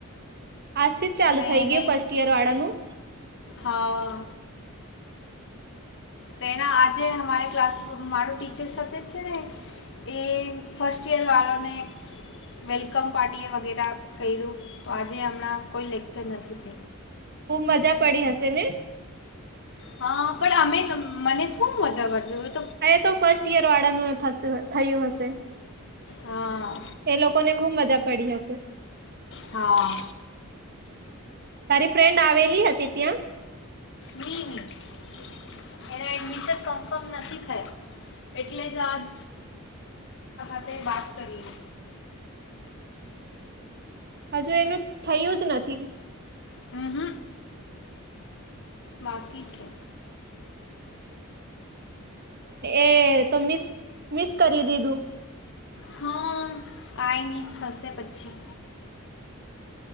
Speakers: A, on the right; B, on the left.
A: આજથી જ ચાલુ
B: તો એને
A: થઇ ગય ફર્સ્ટ યર વાળાનું.
B: હા. તો એના આજે અમારે ક્લાસ મારું ટીચર સાથે છે ને એ ફસ્ટ યર વાળને વેલકમ પાર્ટી વગે કર્યું આજે હમણા કોઈ લેકચર નથી થ
A: ખુબ મજા પડી હશે ને.
B: હા પણ અમે મને થો મજા કરજ.
A: હ તો ફર્સ્ટ ઈયર વાળાનું થયું હશે.
B: હા
A: એ લોકોને ખુબ મજા પડી હશે.
B: હા
A: તારી ફ્રેન્ડ આવેલી હતી ત્યાં.
B: મિનમ નથી થયા એટલે જ આજ ટીચત
A: હજુ એનું થયું જ નથી.
B: હમ હ બાકી છે.
A: એ તો મિસ મિસ કરી દીધું.
B: હા કઈ નહી થશે પછી.